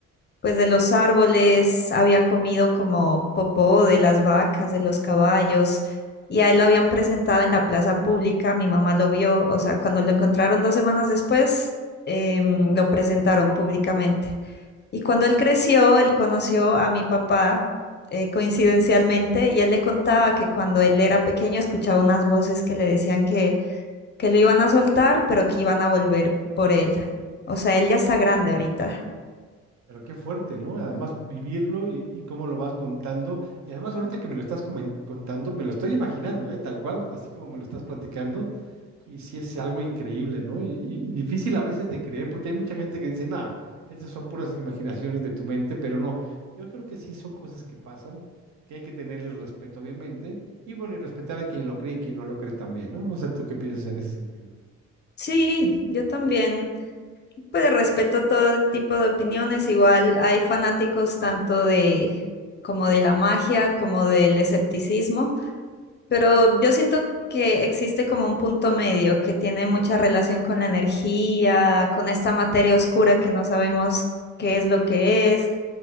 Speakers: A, on the left; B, on the right.
A: pues de los árboles, había comido como popó de las vacas, de los caballos, y a él lo habían presentado en la plaza pública, mi mamá lo vio, o sea, cuando lo encontraron dos semanas después, em, lo presentaron públicamente. Y cuando él creció, él conoció a mi papá. eh, coincidencialmente, y él le contaba que cuando él era pequeño escuchaba unas voces que le decían que, que lo iban a soltar, pero que iban a volver por él. O sea, él ya está grande ahorita.
B: Pero qué fuerte, ¿no? Además, vivirlo y, y cómo lo vas contando. Y además, ahorita que me lo estás comen- contando, me lo estoy imaginando, ¿eh? Tal cual, así como me lo estás platicando. Y sí es algo increíble, ¿no? Y, y difícil a veces de creer, porque hay mucha gente que dice, nada, estas son puras imaginaciones de tu mente, pero no, yo creo que sí son cosas que pasan, que hay que tenerles respeto, obviamente, y bueno, y respetar a quien lo cree y quien no lo cree también, ¿no? No sé tú qué piensas en ese sentido.
A: Sí, yo también Pues de respeto todo tipo de opiniones, igual hay fanáticos tanto de como de la magia como del escepticismo, pero yo siento que existe como un punto medio que tiene mucha relación con la energía, con esta materia oscura que no sabemos qué es lo que es.